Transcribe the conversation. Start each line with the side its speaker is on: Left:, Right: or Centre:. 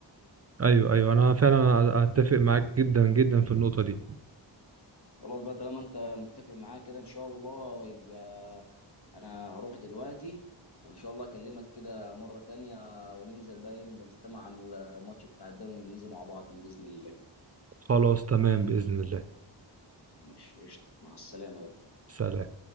Right: ايوه ايوه انا فعلا اتفق معاك جدا جدا في النقطة دي
Left: خلاص بقى طالما انت متفق معايا كده ان شاء الله يبقى انا هروح دلوقتي وان شاء الله اكلمك كده مره تانية وننزل بقى نبقى نستمع عن الماتش بتاع الدوري الانجليزي مع بعض باذن الله
Right: خلاص تمام بإذن الله
Left: ماشي قشطه مع السلامه يلا
Right: سلام